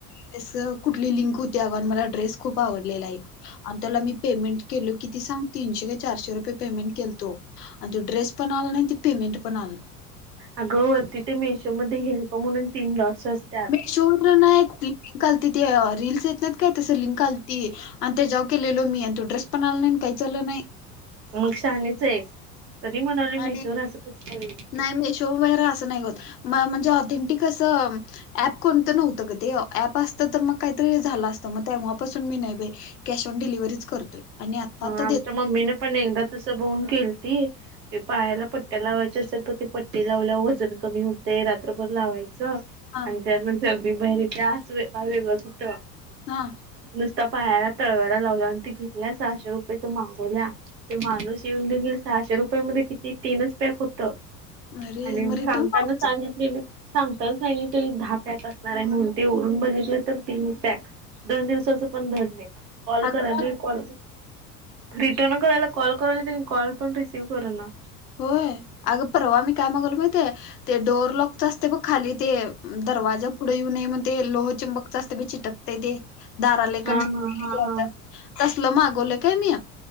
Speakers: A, on the left (about 75°); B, on the right (about 80°).
A: <unintelligible> कुठली लिंक होती अगं आणि मला ड्रेस खूप आवडलेला आणि त्याला मी पेमेंट केल किती सांग, तीनशे काय चारशे रुपये पेमेंट केलतो आणि तो ड्रेस पण आला नाही ते पेमेंट पण आला नाही.
B: अग तिथ मीशोमध्ये हेल्प म्हणून तीन डॉट्स असत
A: मीशो वरण नाही लिंक आलती ते रीलस येत नाहीत काय तसं लिंक आलती. अनं तेच्यावर केलेलो मी आणि तो ड्रेस पण आला नाही आणि काहीच आलं नाही.
B: मग शानीच आहे, तरी म्हणालोय
A: आणि
B: मेशवर असं कस काय हे.
A: नाही मेशो वगैरे असं नाही होत, म्हणजे ऑथेंटिक असं ॲप कोणतं नव्हतं ग ते. अँप असतं तर मग काहीतरी झालं असतं. मग तेव्हापासून मी नाही बाई. कॅश ऑन डिलिव्हरी च करतोय. आणि आता
B: हा
A: आता
B: आमच्या
A: देत
B: मम्मीने पण एकदा तस बघून केली ते पायाला पट्ट्या लावायच्या असतात बग ते पट्टी लावल्या वर वजन कमी होतय रात्र भर लावायचं.
A: हा
B: आणि त्यानंतर अगदी बाहेर ते काय अस वेगळंच होत
A: हा
B: नुसता पायाला तळव्याला लावल्या आणि ते घेतल्या सहाशे रुपयेच मागवल्या ते माणूस येऊन कणी सहाशे रुपयाे मध्ये किती तीनच पॅक होतं.
A: अरे
B: आणि
A: मग रिटर्न
B: सांगताना
A: करायचं
B: सांगितलं त्यांनी सांगताना सांगितलेलं दहा पॅक असणार आहे म्हणून. ते उघडून बघितलं तर तीन पॅक दोन दिवसाच पण धड नाही. कॉल
A: अगं
B: करायला कॉल रिटर्न करायला कॉल करायला त्यांनी कॉल पण रिसीव करना.
A: होय. अगं परवा आम्ही काय मागवलो माहित आहे? ते डोअर लॉक तर असते बघ खाली ते दरवाजा पुढे येऊ नये मग ते लोह चिंबकच असते बीजी ते चीटकतय ते. दारालेकन
B: हा हा
A: <unintelligible>
B: हा हा
A: तसलं मागवलं काय मी